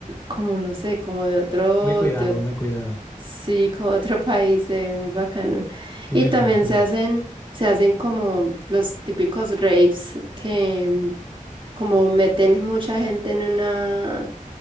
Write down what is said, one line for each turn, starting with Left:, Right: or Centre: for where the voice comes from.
Right: como no sé, como de otro,
Left: Muy cuidado,
Right: de
Left: muy cuidado.
Right: Sí, como otro <laughs> país, eh, bacano.
Left: Sí,
Right: Y
Left: me
Right: también
Left: lo imagino.
Right: se hacen, se hacen como los típicos raves que mm, como meten mucha gente en una,